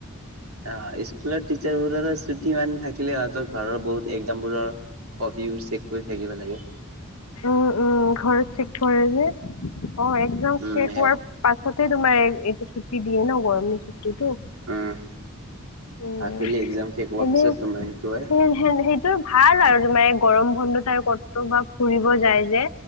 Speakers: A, on the right; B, on the left.
A: অ স্কুলৰ টিচাৰবোৰৰো ছুটি ইমান থাকিলে সিহঁতৰ ঘৰৰ বহুত একজামবোৰৰ কপি বোৰ চেক কৰি থাকিব লাগে।
B: উম উম ঘৰত চেক কৰে যে অ একজাম
A: উম,
B: শেষ
A: হে
B: হোৱাৰ পাছতে তোমাৰ এই এইটো ছুটি দিয়ে ন গৰমিৰ ছুটিটো
A: উম,
B: উম
A: হাফেলি একজাম শেষ হোৱাৰ
B: এনেই
A: পিছত তোমাৰ সেইটো হয়
B: সেইটো ভাল আৰু তোমাৰ এ গৰম বন্ধত আৰু ক'ত বা ফুৰিব যায় যে